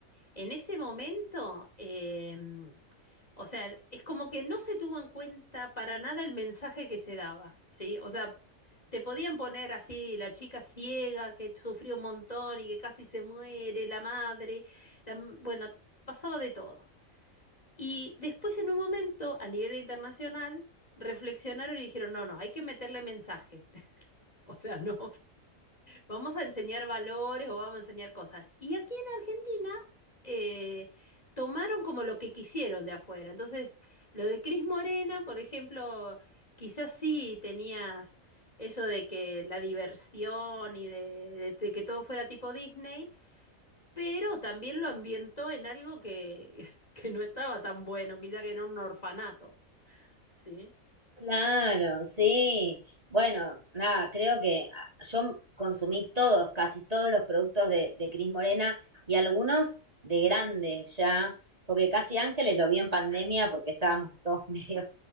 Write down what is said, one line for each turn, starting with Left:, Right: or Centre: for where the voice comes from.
Left: En ese momento, em, o sea, es como que no se tuvo en cuenta para nada el mensaje que se daba, ¿sí? O sea, te podían poner así la chica ciega que sufrió un montón y que casi se muere, la madre, la m- bueno, pasaba de todo. Y después en un momento, a nivel internacional, reflexionaron y dijeron, no, no, hay que meterle mensaje. <laughs> O sea, no. Vamos a enseñar valores o vamos a enseñar cosas. Y aquí en Argentina eh, tomaron como lo que quisieron de afuera. Entonces, lo de Cris Morena, por ejemplo, quizás sí tenías eso de que la diversión y de, de- de que todo fuera tipo Disney, pero también lo ambientó en algo que, <laughs> que no estaba tan bueno, quizá que era un orfanato. Sí,
Right: Claro, sí. Bueno, nada, creo que ah, yo consumí todos, casi todos los productos de, de Cris Morena y algunos de grande ya, porque casi Ángeles lo vi en pandemia porque estábamos todos <laughs> medio